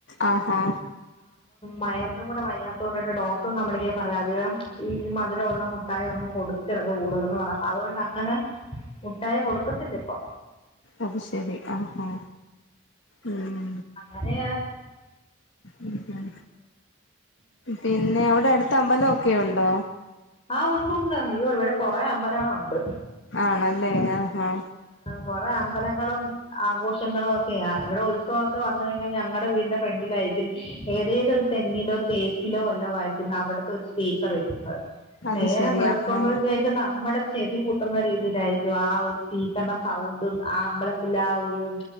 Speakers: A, on the left; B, on the left.
A: ആ ഹാ
B: വയറിനും കൂടെ വയ്യാത്തോണ്ട് ഒരു ഡോക് മുട്ടും നമ്മുടെ പറയാതില്ലേ ഈ മധുരമുള്ള മു മുട്ടായൊന്നും കൊടുത്തിരുത് കൂടുതലന്ന് പറ അതുകൊണ്ട് അങ്ങനെ മുട്ടായികൊടുക്കത്തില്ല ഇപ്പൊ
A: അത് ശരി ആഹാ ഉം
B: അതെയ
A: ഉം ഉം പിന്നെ അവിടെ അടുത്ത അമ്പലൊക്കെ ഒണ്ടോ?
B: ആ ഉണ്ടുണ്ട് അയ്യോ ഇവിടെ കൊറേ അമ്പലങ്ങളൊണ്ട്
A: ആണല്ലേ ആഹാ
B: കൊറേആ അമ്പലങ്ങളും ആഘോഷങ്ങളൊക്കെയാ ഇവടെ ഉത്സവൊക്കെ വന്ന് കഴിഞ്ഞാ ഞങ്ങടെ വീടി- ഫ്രണ്ടിലാരിക്കും. ഏതേലും ഒരു തെങ്ങിലോ തേക്കിലോ ലോ ആയിരിക്കും അവിടത്തെ ഒരു സ്പീക്കർ ഇരിക്കുന്നത്
A: അത്
B: നേരം
A: ശരി
B: വെളുക്കുമ്പോഴതേക്
A: ആഹാ
B: ന മ്മടെ ചെവി പൊട്ടുന്ന രീതിയില ക്കും ആ ഒരു സ്പീക്കറിന്റെസൗണ്ടും ആ അമ്പലത്തിൽ ആ ഒരു